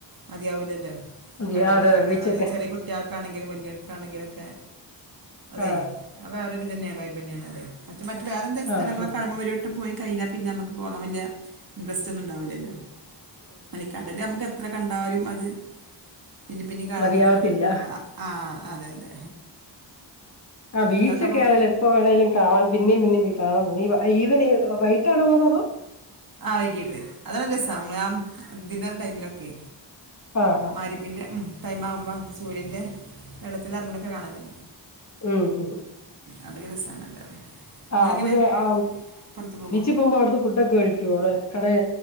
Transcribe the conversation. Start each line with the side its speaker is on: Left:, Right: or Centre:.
Right: മതിയാവില്ലല്ലോ
Left: അതെ
Right: കടണ
Left: അതെ ബീച്ചൊക്കെ
Right: ചെറ കുട്ടികൾക്കണെ ൾക്കാണെങ്കിലൊക്കെ അതെ
Left: ആ
Right: വേറൊരു തന്നെയ വൈബയാണ് അ മറ്റ വേറെന്തങ്കില
Left: ആ
Right: സ്ലങ്ങളൊ
Left: ഹ ഹ
Right: കിമുമ വരു <unintelligible> പോയി കഴിഞ്ഞൽ പിന്നെ നക്ക് പോകൻ വലിയ ഇൻട്രസ് ഒന്നും ഉണ്ടാവില്ലല്ലോ മലിക്കാട ന എത്ര കണ്ടാലും അത് പിന്നെ പിന്നെ കാണാൻ
Left: മതിയാവത്തില്ല
Right: തന്നല്ല ആ അതെ അതെ
Left: ആ ബീച്ചൊക്കെ
Right: നിങ്ങൾക്കപ്പോൾ
Left: ആണെങ്കിലും എപ്പോ വേണേിലും കാണാ പിന്നേ പിന്നേും കാണാ ഈവന് വൈകട്ടാണേ പോന്ന അതോ
Right: ആഹ വൈകീട്ട് അതല്ല രസ ന ആ ദി ന്റെ ടൈമിലൊക്കെ
Left: ആ ആ
Right: മഗ്രിബിന്റെ ടൈംമാവുമ്പോ സൂര്യന്റെ വെള്ളത്തി ഇറങ്ങണൊക്കെ കാണല്ലേ
Left: ഉം ഹ
Right: അതൊക്കെ രസമാണല്ലോ
Left: ആ്
Right: നിങ്ങളെങ്ങനെ
Left: അവിടെ ആ
Right: പുറത്ത് പോകുമോ
Left: ബിച്ചിൽ പോകുമ്പോ അവിടുത്തെ ഫുഡൊക്കെ കഴിക്കേ അവിടെ കടെ